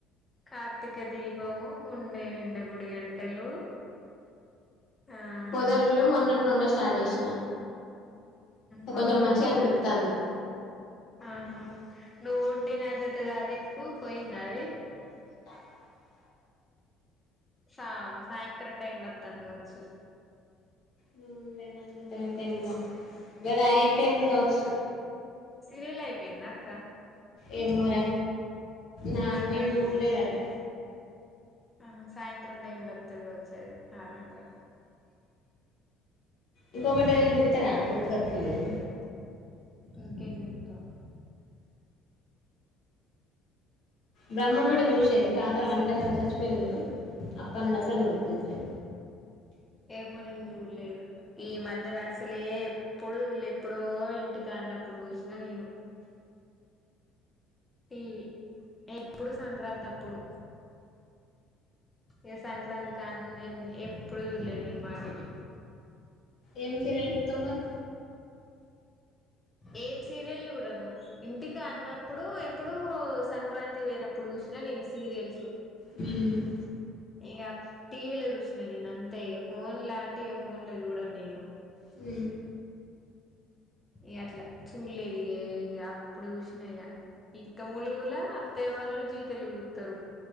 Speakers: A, on the left (about 15°); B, on the left (about 65°).
A: కార్తీక దీపము గుండె నిండ గుడి గంటలు ఆ
B: పొదరిల్లు మోన్నటినుండే స్టార్ట్ చేసిన
A: మొన్నటి
B: కొంచెం మంచిగా
A: నుంచి స్టార్ట్
B: అనిపిత్తాంది
A: చేశాను ఆహా నువ్వు ఉడ్డే నా జతగా అది ఇప్పుడు పోయిందా అది
B: ా
A: సాయంత్రం టైంలో వస్తుంది కావచ్చు
B: ను ఉండే నాదిత కంటే అమ్మ కది అయిపోయింది కావచ్చు
A: సిరియల్ అయిపోయింద అక్క
B: ఏమూరా నాకు
A: సాయంత్రం
B: నేను
A: టైం
B: చూడలేదు అది
A: ఆహా సాయంత్రం టైమ్ంలో వస్తది కావచ్చు అది ఆరు గంట
B: ఇంకొకటి ఏదో చూస్తారా గుర్తుకొస్తలేదు
A: ఇంకేం చూస్తావ్
B: బ్రహ్మముడి చూసేది తత వాళ్ళ అందరిలో చచ్చిపోయారు చూడు అప్ప నుండు అసలు చూడ బుద్ధి అయితలే
A: ఏమో నేను చూడలేదు ఈ మధ్య రాసలే ఎప్పుడు వళ్ళు ఎప్పుడో ఇంటికి అన్నప్పుడు చూసినా నేను టీవ ఎప్పుడు సంక్రాంతి అప్పుడు ఏ సంక్రాంతి కాని నుండి ఎప్పుడుూ చూళ్లే నేను మాటివి
B: ఏం సీరియల్ చూస్తావ్ మరి
A: ఏం సీరియల్ చూడను ఇంటికి అన్నప్పుడు ఎప్పుడు సంక్రాంతి పోయినప్పుడు చూసినా నేను సీరియల్స్
B: ఉమ్
A: ఇక టీవీలో చూసినను నేను అంతే ఇక ఫోన్ లా అంటే ఇక ఫోన్ లో చూడను నేను
B: హ
A: ఇ అట్లా చూడలేదు ఇక ఇక అప్పుడు చూసినా ఇక ఇక్క ముూలుగులా అత్తయ్య వాళ్ళు జీ తెలుగు చుతారు